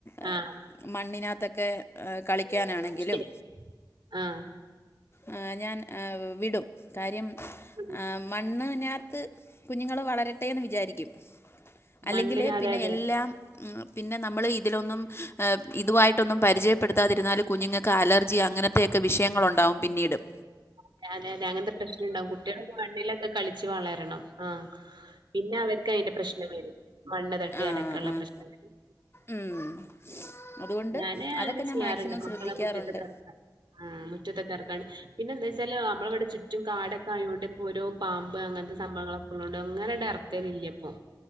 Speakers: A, on the left; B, on the right.
A: എ
B: ആഹ്
A: മണ്ണിനാത്തെക്കെ എ കളിക്കാനാണെങ്കിലും
B: ശരി ആഹ്
A: ആ ഞാൻ ആ വിടും കാര്യം
B: ഉം.
A: ആ മണ്ണ് നാത്ത് കുഞ്ഞുങ്ങള് വളരട്ടെന്ന് വിചാരിക്കും അല്ലെങ്കില്
B: മണ്ണിന് അതെ
A: പിന്നെ
B: അതെ
A: എല്ലാം പിന്നെ നമ്മള് ഇതിലൊന്നും ആ ഇതു വായിട്ടൊന്നും പരിചയപ്പെടുത്താതിരുന്നാല് കുഞ്ഞുങ്ങൾക്ക് അലർജി അ അങ്ങനത്തെയൊക്കെ വിഷയങ്ങളൊണ്ടാവും പിന്നീടും
B: <unintelligible> അങ്ങത്തെ പ്രശ്നംണ്ടാവും കുട്ട്യള് മണ്ണിലക്കെ കളിച്ച് വളരണം ആഹ് പിന്നെ അവര്ക്ക് അയ്ന്റെ പ്രശ്നം വരും മണ്ണ് തട്ടിയാലൊക്കെള്ള
A: ആഹ് ആഹ്
B: പ്രശ്നം വരും
A: ഉം അതുകൊണ്ട്
B: ഞാന്
A: അതൊക്കെ
B: അങ്ങനെ
A: ഞാൻ
B: ചെയ്യാറ്ണ്ട്
A: മാക്സിമം
B: മക്കളെ
A: ശ്രദ്ധിക്കാറുണ്ട്
B: മുറ്റത്തൊക്കെറക്കാൻ ആ മുറ്റത്തൊക്കെ ഇറക്കാന് പിന്നെന്താച്ചാല് അമ്മളിവിടെ ചു റ്റും കാടൊക്കെ ആയോണ്ട് ഇപ്പോരോ പാമ്പ് അങ്ങൻത്തെ സംഭവങ്ങളൊക്കെള്ളോണ്ട് അങ്ങനൺടെറക്കലില്ല്യാ ഇപ്പൊ